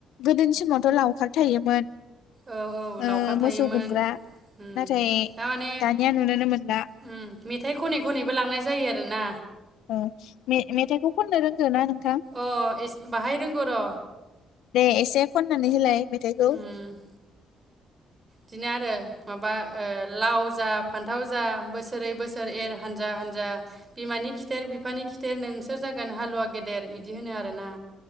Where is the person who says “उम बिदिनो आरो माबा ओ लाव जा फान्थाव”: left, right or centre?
Right